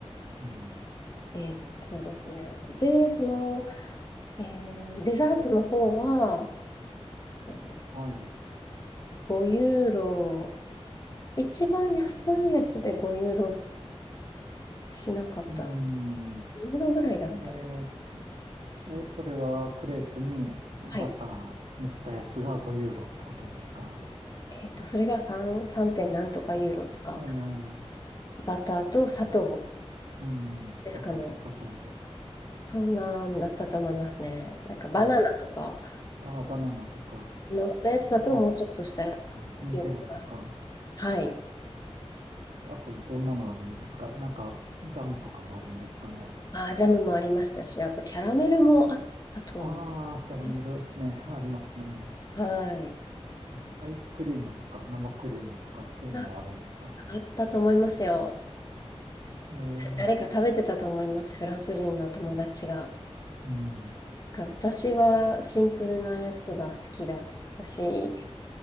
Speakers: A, on the right; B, on the left.
A: うん。
B: えーそうですね。で、その、えーデザートの方は、えー
A: はい。
B: 5ユーロ、一番安いやつで5ユーロしなかった。
A: うん。
B: 2ユーロぐらいだった。
A: えええ、それはクレープにバター塗ったやつが5ユーロってことですか
B: はい。えっと、それが3、3点なんとかユーロとか、
A: ええ
B: バターと砂糖
A: うん。
B: ですかね。
A: バターと砂糖で。
B: そんなんだったと思いますね。なんかバナナとか
A: うん。ああ、バナナとか、
B: 乗ったやつだともうちょっとした
A: ああ、うんヌテラとか。
B: よくある。はい。
A: あと、どんなのあるんですかなんか、ジャムとかもあるんですかね。
B: あー、ジャムもありましたし、あとキャラメルもあったと思う
A: ああ、キャラメルね、
B: ね。
A: ありますね。
B: はい。
A: うん、アイスクリームとか、生クリームとか、そういうのもあるんですか。
B: ああったと思いますよ。
A: えー、
B: 誰か食べてたと思います。フランス人の友達が。
A: うん。
B: が私はシンプルなやつが好きだったし、